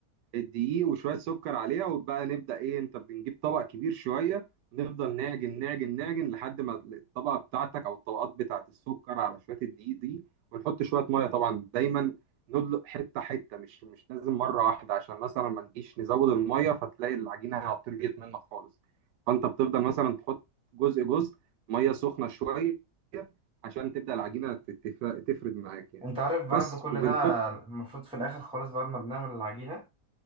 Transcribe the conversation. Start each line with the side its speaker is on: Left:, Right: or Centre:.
Right: الدقيق وشوية سكر عليها وبقى نبدأ ايه انت بنجيب طبق كبير شوية نفضل نعجن نعجن نعجن لحد ما الطبقة بتاعتك او الطبقات بتاعت السكر على شوية الدقيق دي ونحط شوية مية طبعا دايما ندلق حتة حتة مش مش لازم مرة واحدة عشان مثلا ما نجيش نزود المية فتلاقي العجينة عطريت منك خالص فانت بتفضل مثلا تحط جزء جزء ميه سخنه شويه عشان تبدا العجينه تتف- تفرد معاك يعني
Centre: انت عارف بعد
Right: بس
Centre: كل
Right: وبنحط
Centre: ده المفروض في الاخر خالص بعد ما بنعمل العجينة